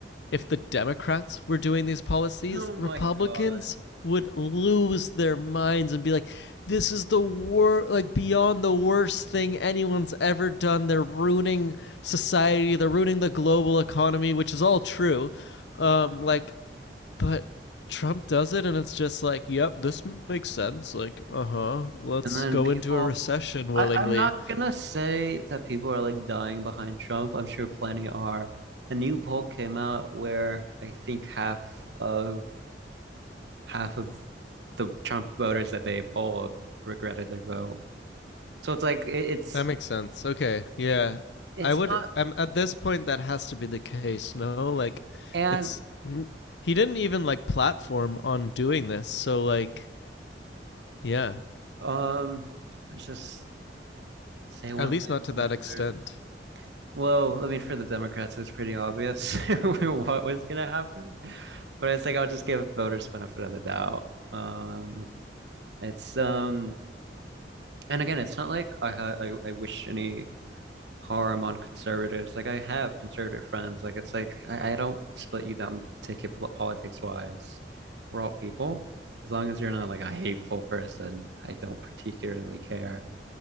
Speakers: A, on the left; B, on the right.
A: if the Democrats were doing these policies?
B: Oh
A: Republicans
B: my god.
A: would lose their minds and be like, this is the wor like beyond the worst thing anyone's ever done. They're ruining society, they're ruining the global economy, which is all true. Um, like, but Trump does it and it's just like, yep, this makes sense. Like, uh huh, let's
B: And then
A: go
B: people,
A: into a recession willingly.
B: I, I'm not gonna say that people are like dying behind Trump. I'm sure plenty are. A new poll came out where I think half of half of the Trump voters that they polled regretted their vote. So it's like it, it's
A: That makes sense. Okay. Yeah.
B: it's
A: I would
B: not
A: um, at this point that has to be the case, no? Like
B: and
A: it's he didn't even like platform on doing this. So like yeah,
B: um it's just say one
A: at least
B: thing
A: not to
B: to
A: that
B: another.
A: extent.
B: Well, I mean, for the Democrats, it was pretty obvious <laughs> what was gonna happen, but it's like I'll just give voters benefit of the doubt. Um, it's um, and again, it's not like I ha I, I wish any harm on conservatives. Like I have conservative friends. Like it's like I, I don't split you down ticket pol- politics wise. We're all people. As long as you're not like a hateful person, I don't particularly care.